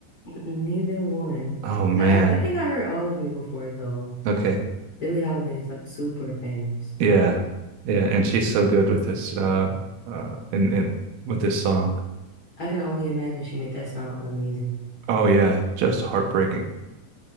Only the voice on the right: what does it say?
Oh man.
Okay.
Yeah. Yeah, and she's so good with this uh uh in, in with this song.
Oh yeah, just heartbreaking.